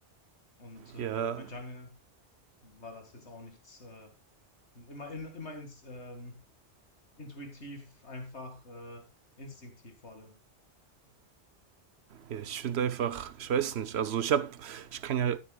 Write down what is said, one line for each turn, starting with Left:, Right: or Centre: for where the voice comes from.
Left: Und äh,
Right: ja,
Left: bei Jungle war das jetzt auch nichts, äh, immer, in, immer ins, ähm, intuitiv, einfach äh, instinktiv vor allem.
Right: Ja, ich finde einfach, ich weiß nicht, also ich habe, ich kann ja,